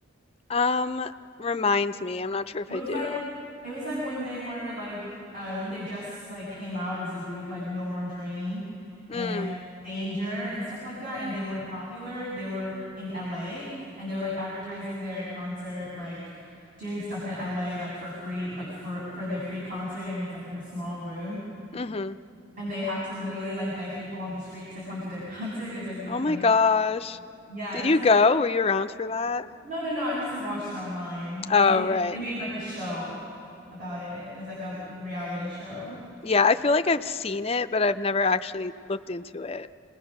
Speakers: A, on the left; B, on the right.
A: Um, reminds me, I'm not sure if
B: It
A: I
B: was
A: do.
B: like it was like when they were like uh when they just like came out as a group like No More Dream and
A: Mm.
B: Danger and stuff like that and they weren't popular. They were in LA and they were like advertising their concert like doing stuff in LA like for free like for for their free concert and it was like in a small room
A: Mm-hmm.
B: and they had to literally like beg people on the street to come to their <laughs> concert. It was like really
A: Oh
B: funny.
A: my gosh.
B: Yeah,
A: Did
B: it was
A: you
B: like
A: go? Were you around for that?
B: No, no, no. I just like watched it online.
A: Oh,
B: It,
A: right.
B: they made like a show about it. It was like a reality show.
A: Yeah, I feel like I've seen it, but I've never actually looked into it.